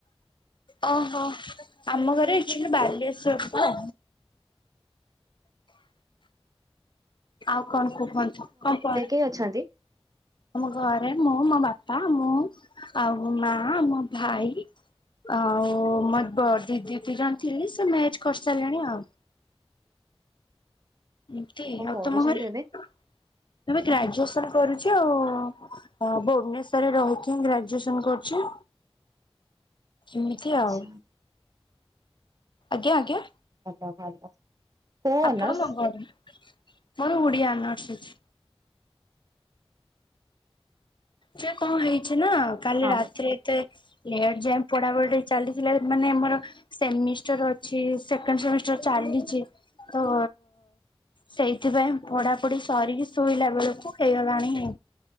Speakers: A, on the left; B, on the right.
A: ଓହୋ ଆମ ଘରେ ଇକଚୁଆଲି ବାଲେଶ୍ଵର। ଆଉ କଣ କୁହନ୍ତୁ କଣ କୁହନ୍ତ
B: କିଏ ଅଛନ୍ତି?
A: ଆମ ଘରେ ମୁଁ ମୋ ବାପା ମୁଁ ଆଉ ମୋ ମା ମୋ ଭାଇ। ଆଉ ମୋ ବ ଦିଦି ଦି ଜଣ ଥିଲି ସେ ମ୍ୟାଚ କରିସାରିଲେଣି ଆଉ। ଏମତି ଆଉ
B: ପଢୁଛନ୍ତି
A: ତୁମ ଘରେ
B: ଏବେ
A: ତମେ ଗ୍ରାଜୁଏସନ କରୁଛ ଆଉ। ଅଁ ଭୁବନେଶ୍ଵରରେ ରହିକି ହିଁ ଗ୍ରାଜୁଏସନ କରୁଛି। ଏମିତି ଆଉ।
B: ଆଛା
A: ଆଜ୍ଞା ଆଜ୍ଞା!
B: ଭଲ ଭଲ। କୋଉ
A: ଆପଣ
B: ଅନର୍ସ
A: ମୋ <inaudible> ମୋର ଉଡିଆ ଅନର୍ସ ଅଛି। ସେ କଣ ହେଇଛି ନା କାଲି
B: ହଁ
A: ରାତିରେ ଏତେ ଲେଟ୍ ଯାଏ ପଢାପଢ଼ିରେ ଚାଲିଥିଲା ମାନେ ଆମର ସେମିଷ୍ଟର ଅ ଛି ସେକେଣ୍ଡ ସେମିଷ୍ଟର ଚାଲିଛି ତ ସେଇଥିପାଇଁ ପଢାପଢି ସରିକି ଶୋଇଲା ବେଳକୁ ହେଇଗଲାଣି